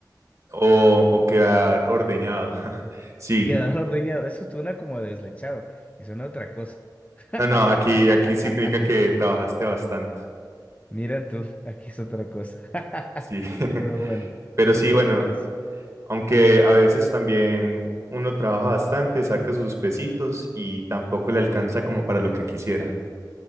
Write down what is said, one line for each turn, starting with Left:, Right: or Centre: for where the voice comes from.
Right: o, o quedar ordeñado. <laughs> Sí,
Left: <laughs> Quedar ordeñado, eso suena como a deslechado, y suena a otra cosa. <laughs>
Right: no, no, aquí, aquí significa que trabajaste bastante.
Left: Mira tú, aquí es otra cosa. <laughs>
Right: Sí, <laughs>
Left: Pero bueno,
Right: pero
Left: son
Right: sí,
Left: cositas.
Right: bueno. Aunque a veces también uno trabaja bastante, saca sus pesitos y tampoco le alcanza como para lo que quisiera.